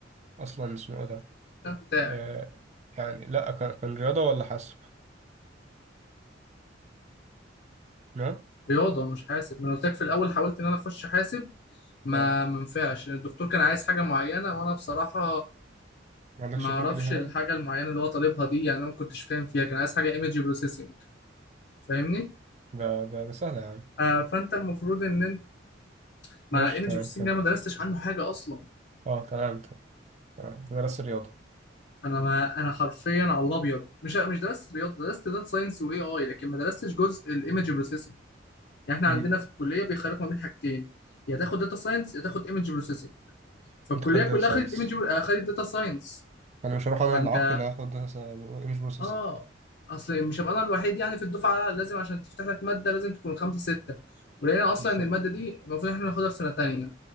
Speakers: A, on the right; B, on the left.
A: اصلا اسمه ايه ده
B: بتاعي
A: آه يعني لا كان كان رياضة ولا حاسب نعم
B: رياضه مش حاسب ما انا قلت لك في الاول حاولت ان انا اخش حاسب ما
A: اه
B: منفعش الدكتور كان عايز حاجه معينه وانا بصراحه
A: ما عندكش
B: ما
A: شغل
B: اعرفش
A: إليها
B: الحاجه
A: يعني
B: المعينه اللي هو طالبها دي يعني انا ما كنتش فاهم فيها كان عايز حاجه ايمج بروسيسنج فاهمني
A: ده ده ده سهلة يعني
B: آه فانت المفروض ان انت
A: ماشي
B: ما ايمج
A: تمام
B: بروسيسنج
A: تمام
B: انا ما درستش عنه حاجه اصلا
A: اه تمام تمام تمام. أنت درست رياضة
B: انا ما انا حرفيا على الابيض مش مش درست رياضه درست داتا ساينس واي اي لكن ما درستش جزء الايمج بروسيسنج يعني احنا
A: امم
B: عندنا في الكليه بيخالف ما بين حاجتين يا تاخد داتا ساينس يا تاخد ايمج بروسيسنج فالكليه
A: انت خدت
B: كلها
A: داتا ساينس
B: خدت ايمج خدت داتا ساينس
A: انا مش هروح انا
B: فانت
A: العاق اللي هاخد داتا ايمج بروسيس
B: اه اصل مش هبقى انا الوحيد يعني في الدفعه لازم عشان تفتح لك ماده لازم تكون خمسه سته ولقينا اصلا
A: بالظبط
B: ان الماده دي المفروض احنا ناخدها في سنه تانيه